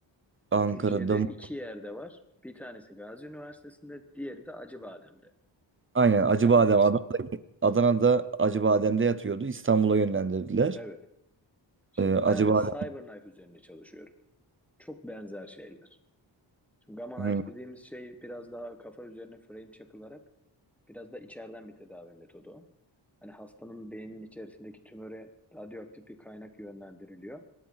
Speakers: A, on the right (about 25°); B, in the centre.
A: Ankara'da
B: Türkiye'de
A: mı?
B: iki yerde var. Bir tanesi Gazi Üniversitesi'nde, diğeri de Acıbadem'de,
A: Aynen Acıbadem.
B: İstanbul'da.
A: Ad- Adana'da Acıbadem'de yatıyordu. İstanbul'a yönlendirdiler.
B: Evet. Şimdi
A: E, Acıbadem.
B: ben de Cyberknife üzerine çalışıyorum. Çok benzer şeyler. Şimdi Gamma
A: Hı,
B: Knife dediğimiz şey biraz daha kafa üzerine frame çakılarak biraz da içeriden bir tedavi metodu. o. Hani hastanın beyninin içerisindeki tümöre radyoaktif bir kaynak yönlendiriliyor.